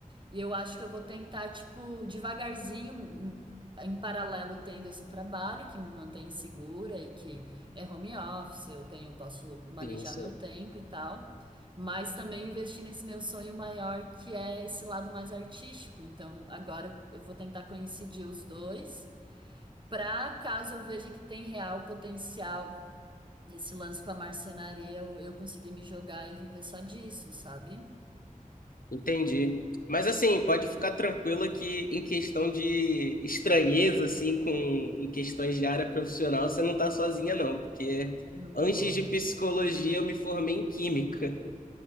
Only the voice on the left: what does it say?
Sim, sim.
Entendi. Mas assim, pode ficar tranquilo que em questão de estranheza, assim, com em questões de área profissional, você não tá sozinha, não, porque
antes
de
psicologia eu me formei em química. <laughs>